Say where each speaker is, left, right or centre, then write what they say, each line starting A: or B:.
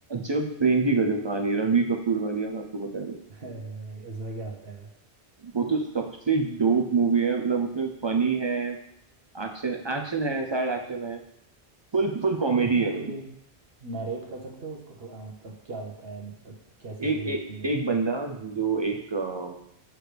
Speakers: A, on the right (about 40°); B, on the right (about 65°).
A: जब प्रेम की गजब कहानी रणबीर कपूर वाली आप आपको बता रहे
B: <laughs> अरे भाई उसमें क्या होता है भाई
A: वो तो सबसे डोप मूवी है मतलब उसमें फनी है एक्शन एक्शन है सैड एक्शन है फुल फुल कॉमेडी
B: तो उसमें
A: है मतलब
B: कोई नरेट कर सकते हो उसको थोड़ा मतलब क्या होता है मतलब कैसे
A: एक
B: शुरू
A: एक
B: होती है
A: एक बंदा जो एक अ,